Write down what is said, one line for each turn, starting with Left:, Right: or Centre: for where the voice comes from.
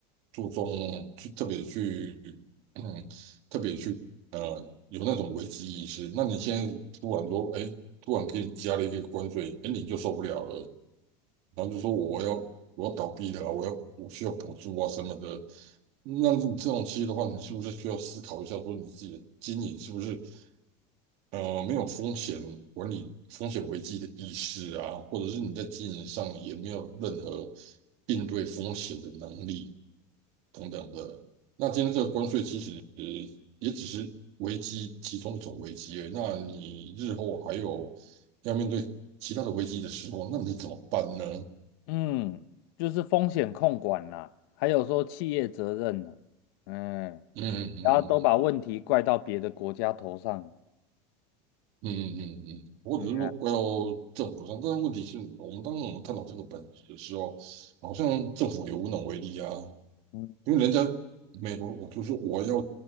Right: 注重，去特别去，嗯，特别去有那种危机意识。那你现在突然说，哎，突然给你加了一个关税，哎，你就受不了了，然后就说我要我要倒闭了，我要我需要补助啊什么的。那你这种企业的话，你是不是需要思考一下，说你自己的经营是不是？呃，没有风险管理、风险危机的意识啊，或者是你在经营上也没有任何应对风险的能力等等的。那今天这个关税其实也只是危机其中一种危机而已。那你日后还有要面对其他的危机的时候，那你怎么办呢？
Left: 嗯，就是风险控管啦，还有说企业责任啦，嗯，
Right: 嗯嗯嗯
Left: 然后都把问题怪到别的国家头上，
Right: 嗯嗯嗯，嗯或只是说怪到
Left: 嗯
Right: 政府上，但是问题是我们当我们探讨这个本质的时候，好像政府也无能为力啊。
Left: 嗯，
Right: 因为人家美国，我就说我要